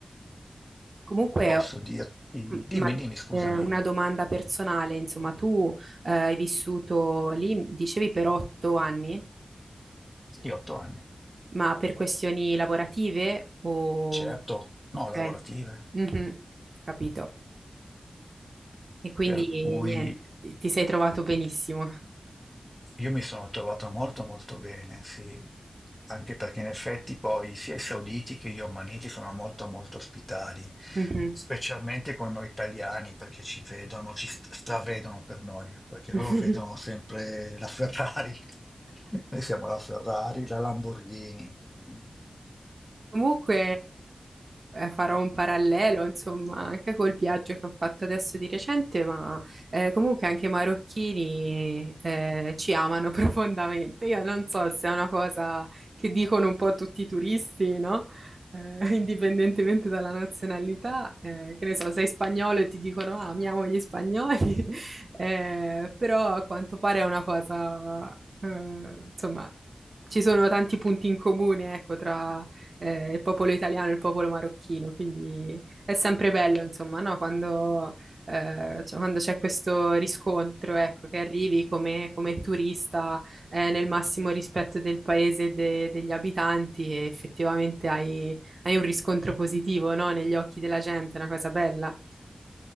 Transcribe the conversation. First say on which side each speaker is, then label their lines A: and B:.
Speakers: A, on the right; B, on the left.
A: Comunque,
B: posso dirti,
A: Mm,
B: dimmi,
A: Ma
B: dimmi, scusami,
A: eh, una domanda personale, insomma, tu eh, hai vissuto lì, dicevi, per otto anni,
B: sì, otto anni,
A: ma per questioni lavorative o...
B: certo,
A: Ok,
B: no, lavorative.
A: Mhm, Capito. E quindi
B: Per cui
A: niente, ti sei trovato benissimo.
B: Io mi sono trovato molto molto bene, sì, anche perché in effetti poi sia i sauditi che gli omaniti sono molto molto ospitali,
A: Mhm.
B: specialmente con noi italiani, perché ci vedono, ci st- stravedono per noi, perché
A: <laughs>
B: loro vedono sempre la Ferrari, <laughs> noi siamo la Ferrari, la Lamborghini. mm.
A: Comunque eh, farò un parallelo, insomma, anche col viaggio che ho fatto adesso di recente, ma eh, comunque anche i marocchini eh, ci amano <laughs> profondamente. Io non so se è una cosa che dicono un po' tutti i turisti, no? Eh, indipendentemente dalla nazionalità, eh, che ne so, sei spagnolo e ti dicono ah, amiamo gli spagnoli, <laughs> eh, però a quanto pare è una cosa, eh, insomma, ci sono tanti punti in comune, ecco, tra eh, il popolo italiano e il popolo marocchino, quindi è sempre bello, insomma, no? Quando, eh, cioè, quando c'è questo riscontro, ecco, che arrivi come, come turista, eh, nel massimo rispetto del paese e de- degli abitanti e effettivamente hai, hai un riscontro positivo, no? Negli occhi della gente, è una cosa bella.